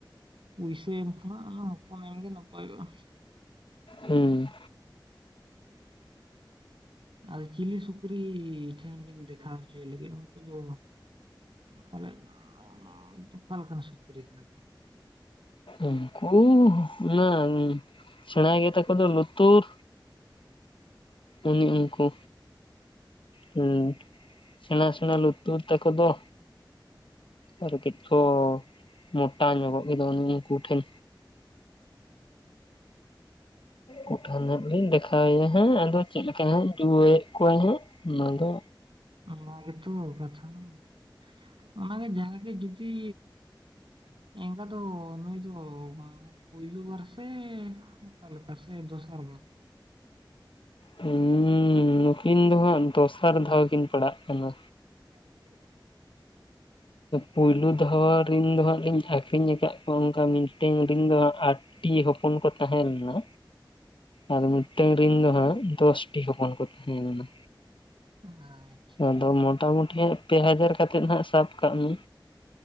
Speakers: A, on the right; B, on the left.
A: ᱯᱩᱭᱥᱟᱹ ᱮᱢ ᱠᱷᱚᱱᱟᱜ ᱟᱫᱚ ᱦᱚᱯᱚᱱ ᱮᱢ ᱜᱮ ᱱᱟᱯᱟᱭᱚᱜ-ᱟ᱾
B: ᱦᱩᱸ᱾
A: ᱟᱨ ᱪᱤᱞᱤ ᱥᱩᱠᱨᱤ ᱴᱷᱮᱱ ᱵᱤᱱ ᱫᱮᱠᱷᱟᱣ ᱦᱚᱪᱚᱭ ᱞᱟᱹᱜᱤᱫ ᱩᱱᱠᱩ ᱫᱚ? ᱛᱟᱦᱚᱞᱮᱜ ᱚᱸᱻᱱ ᱚᱠᱟ ᱞᱮᱠᱟᱱ ᱥᱩᱠᱨᱤ ᱠᱟᱱᱟ ᱠᱚ?
B: ᱩᱱᱠᱚ ᱦᱩᱱᱟᱹᱝᱼᱼ ᱥᱮᱬᱟᱭ ᱜᱮᱛᱟ ᱠᱚ ᱫᱚ ᱞᱩᱛᱩᱨ ᱩᱱᱤ ᱩᱱᱠᱩ᱾ ᱦᱩᱸ, ᱥᱮᱬᱟ ᱥᱮᱬᱟ ᱞᱩᱛᱩᱨ ᱛᱟᱠᱚ ᱫᱚ᱾ ᱟᱨ ᱠᱤᱪᱷᱚ ᱢᱚᱴᱟ ᱧᱚᱜᱚᱜ ᱜᱮᱫᱚ ᱩᱱᱤ ᱩᱱᱠᱩ ᱴᱷᱮᱱ᱾ ᱩᱱᱠᱩ ᱴᱷᱮᱱ ᱦᱟᱸᱜ ᱞᱤᱧ ᱫᱮᱠᱷᱟ ᱣᱮᱭᱟ ᱦᱟᱸᱜ ᱟᱫᱚᱼᱼ ᱪᱮᱫ ᱞᱮᱠᱟ ᱦᱟᱸᱜ ᱡᱩᱣᱟᱹᱭᱮᱜ ᱠᱚᱣᱟᱭ ᱦᱟᱸᱜ ᱚᱱᱟ ᱫᱚᱼᱼ
A: ᱚᱱᱟ ᱜᱮᱛᱚ ᱠᱟᱛᱷᱟ ᱢᱟ ᱚᱱᱟ ᱜᱮ ᱡᱟᱦᱟᱸ ᱜᱮ ᱡᱩᱫᱤᱻ ᱮᱸᱜᱟ ᱫᱚᱻ ᱱᱩᱭ ᱫᱚᱻ ᱵᱟᱝ ᱯᱩᱭᱞᱩ ᱵᱟᱨ ᱥᱮ ᱚᱠᱟ ᱞᱮᱠᱟ ᱥᱮ ᱫᱚᱥᱟᱨ ᱵᱟᱨ
B: ᱦᱩᱸ ᱱᱩᱠᱤᱱ ᱫᱚ ᱦᱟᱸᱜ ᱫᱚᱥᱟᱨ ᱫᱷᱟᱣ ᱠᱤᱱ ᱯᱟᱲᱟᱜ ᱠᱟᱱᱟ
A: <unintelligible>
B: ᱯᱳᱭᱞᱩ ᱫᱷᱟᱣ ᱨᱤᱱ ᱫᱚ ᱦᱟᱸᱜ ᱞᱤᱧ ᱟᱠᱷᱨᱤᱧ ᱠᱟᱜ ᱠᱚᱣᱟ ᱚᱱᱠᱟ ᱢᱤᱫᱴᱮᱱ ᱨᱤᱱ ᱫᱚ ᱦᱟᱸᱜ ᱟᱠ ᱴᱤ ᱦᱚᱯᱚᱱ ᱠᱚ ᱛᱟᱦᱮᱸ ᱞᱮᱱᱟ ᱟᱨ ᱢᱤᱫᱴᱮᱝ ᱨᱤᱱ ᱫᱚ ᱦᱟᱸᱜ ᱫᱚᱥ ᱴᱤ ᱦᱚᱯᱚᱱ ᱠᱚ ᱛᱟᱦᱮᱸ ᱞᱮᱱᱟ
A: ᱟᱪᱪᱷᱟ
B: ᱟᱫᱚ ᱢᱚᱴᱟ ᱢᱩᱴᱤ ᱦᱟᱸᱜ ᱯᱮ ᱦᱟᱡᱟᱨ ᱠᱟᱛᱮᱫ ᱦᱟᱸᱜ ᱥᱟᱵ ᱠᱟᱜ ᱢᱮ